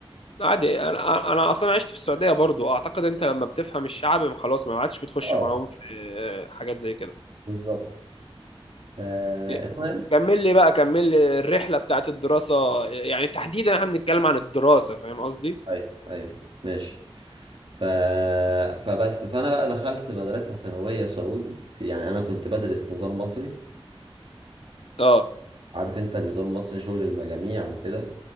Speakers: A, on the left; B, on the right.
A: عادي انا انا اصلا عشت في السعودية برضو اعتقد انت لما بتفهم الشعب خلاص ما عادش بتخش
B: اه
A: معاهم في آه، حاجات زي كده
B: بالظبط آه،
A: إيه،
B: المهم
A: كمل لي بقى كمل لي الرحلة بتاعت الدراسة يعني تحديدا احنا بنتكلم عن الدراسة فاهم قصدي؟
B: أيوه أيوه ماشي ف... فبس فأنا بقى دخلت مدرسة ثانوية سعودي في يعني أنا كنت بدرس نظام مصري
A: اه
B: عارف أنت النظام المصري شغل المجاميع وكده